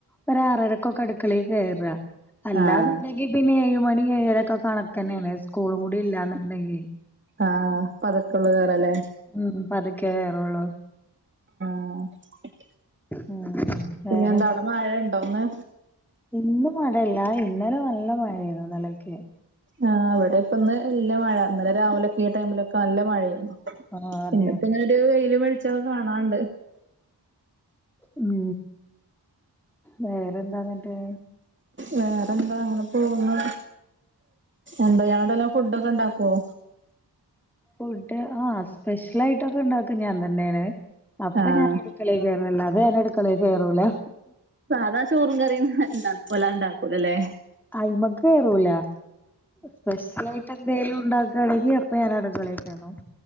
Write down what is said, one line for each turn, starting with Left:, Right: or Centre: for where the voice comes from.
Centre: ഒരാറരക്കൊക്കെ അടുക്കളീ കേറാ. അല്ലാന്നുണ്ടെങ്കി
Right: ആഹ്
Centre: പിന്നെ ഏഴ് മണി ഏഴരകൊ കണക്കന്നേണ് സ്കൂളും കൂടി ഇല്ലാന്നുണ്ടെങ്കി.
Right: ആഹ് <unintelligible> ല്ലേ.
Centre: ഉം പതുക്കേ കേറൂള്ളൂ.
Right: ആഹ്
Centre: ഉം വേറെന്താ
Right: പിന്നെന്താവടേ മഴണ്ടോ ന്ന്?
Centre: ഇന്ന് മഴയില്ല ഇന്നലെ നല്ല മഴയാരുന്നു ഇന്നലെക്കെ.
Right: ആഹ് ഇവടെപ്പന്ന് ഇല്ല മഴ ഇന്നലെ രാവിലെക്കെ ഈ ടൈമിലൊക്കെ നല്ല മഴെര്ന്നു.
Centre: ആഹ് അതെ
Right: ഇന്നിപ്പങ്ങനൊരു
Centre: അതെ
Right: വെയിലും വെളിച്ചക്കെ കാണാണ്ട്.
Centre: ഉം വേറെന്താന്നിട്ട്?
Right: വേറെന്താ അങ്ങനെ പോകുന്നു എന്താ യാടെല്ലാം ഫുഡോക്കെ ണ്ടാക്കുവോ?
Centre: ഫുഡ് ആഹ് സ്പെഷ്യലായിട്ടൊക്കെ ഉണ്ടാക്കാ ഞാൻ തന്നെണ്. അപ്പോ
Right: ആഹ്
Centre: ഞാൻ അടുക്കളേക്കേറും അല്ലാതെ ഞാൻ അടുക്കളേ കേറുലാ.
Right: സാദാ ചോറും കറിം വല്ലാ വല്ലാതെ ഇണ്ടാക്കൂലലേ.
Centre: അയിമേക്കേറൂലാ സ്പെഷ്യലായിട്ട് എന്തൊലും ഉണ്ട ക്കാണെങ്കി അപ്പോ ഞാന് അടുക്കളേ കേറും.